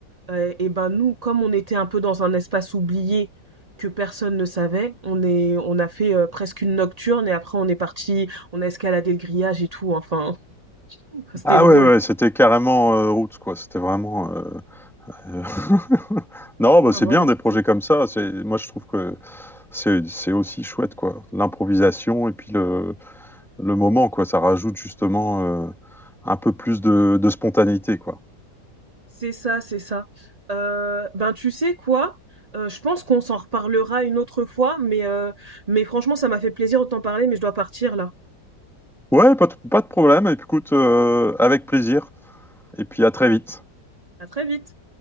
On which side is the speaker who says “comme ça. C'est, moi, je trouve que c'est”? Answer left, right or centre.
Centre